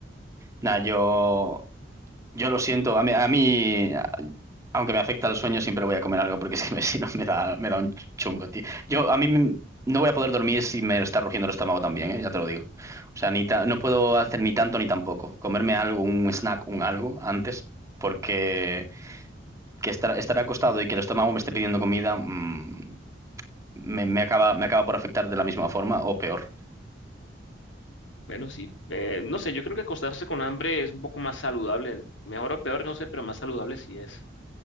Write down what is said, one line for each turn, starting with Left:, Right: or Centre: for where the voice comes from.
Right: Nada, yo, yo lo siento. A mí, a mí, aunque me afecta el sueño, siempre voy a comer algo porque <laughs> es que me- <laughs> si no me da, me da un chungo, tío. Yo, a mí m- no voy a poder dormir si me está rugiendo el estómago también, ¿eh? Ya te lo digo. O sea, ni ta- no puedo hacer ni tanto ni tampoco. Comerme algo, un snack, un algo antes, porque que estar, estar acostado y que el estómago me esté pidiendo comida, mm, me, me acaba, me acaba por afectar de la misma forma o peor.
Left: Bueno, sí. Eh, no sé, yo creo que acostarse con hambre es un poco más saludable. Mejor o peor, no sé, pero más saludable sí es.